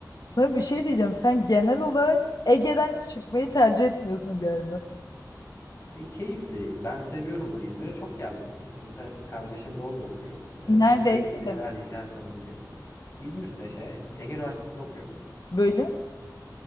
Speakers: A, on the left (about 65°); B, on the left (about 35°).
A: sana bir şey diyeceğim. Sen genel olarak Ege'den çıkmayı tercih etmiyorsun galiba.
B: E, keyifli. Ben seviyorum onu. İzmir'e çok geldim. E, Zaten kardeşim de orada okuyor. E,
A: Nerede
B: sürekli
A: Ege'de mi?
B: her her sene gidiyor. İzmir'de şey Ege Üniversitesi'nde okuyor.
A: Bölüm?